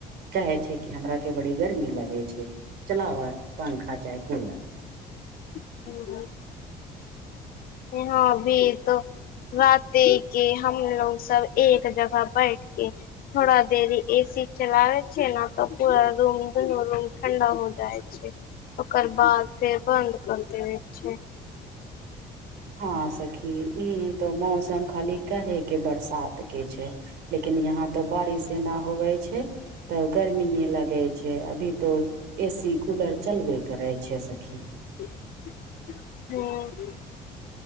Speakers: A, on the right; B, on the left.
A: कहे छै कि हमरा केँ बड़ी गर्मी लगे छै चलाव पंखा चाहे कूलर
B: <unintelligible> यहाँ अभी तऽ राते केँ हमलोग सब एक जगह बैठ केँ थोड़ा देरी ए सी चलाब छै ने तऽ पूरा रूम दुनू रूम ठंडा हो जाइ छै ओकर बाद फेर बंद कर देवै छै
A: हँ सखी ई तो मौसम खाली कहे केँ बरसात केँ छै लेकिन यहाँ तो बारिशे न होवे छै तऽ गर्मीे लगै छै अभी तो ए सी कूलर चलबे करै छै सखी
B: <unintelligible>